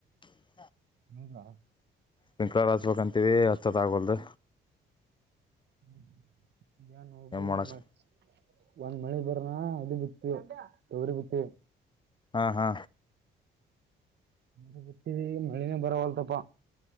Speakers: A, on the left; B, on the right.
A: <unintelligible>
B: ನಿಮಗಾ
A: ಪಂಕಳ ಹಚ್ಬೇಕಂತೀವಿ ಹಚ್ಚದ ಆಗ್ವದು
B: ಹ್ಮ ನಾನ್ ಹೋಗಿ
A: ಮಾಡಕ್
B: ಮ ಒಂದ್ ಮಳೆ ಬ <inaudible> ಬಿತಿವಿ ತೊಗರಿ ಬಿತಿವಿ
A: ಹಾ ಹಾ
B: <unintelligible> ಮಳಿನೆ ಬರವಲ್ತಪ್ಪ